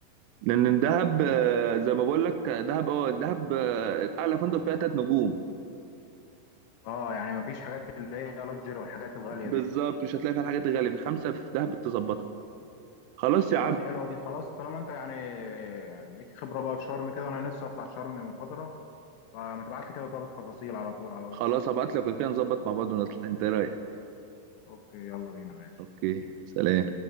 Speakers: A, on the right (about 85°); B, on the left (about 80°).
A: لأن دهب آه، زي ما بقول لك آه، دهب أه دهب آه، أعلى فندق فيها تلات نجوم
B: اه يعني مفيش حاجات اللي هي لاكجري والحاجات الغاليه
A: بالظبط
B: دي
A: مش هتلاقي فيها الحاجات الغالية في خمسة في دهب تظبطها خلاص يا
B: خلاص
A: عم
B: حلوه دي خلاص طالما انت يعني ليك خبره بقى في شرم كده وانا لسه اطلع شرم من فتره فما تبعت لي كده طب التفاصيل على طول على الواتس
A: خلاص هبعت لك وكده نظبط مع بعض ونطلع أنت رايح
B: اوكي يلا بينا ماشي
A: أوكي سلام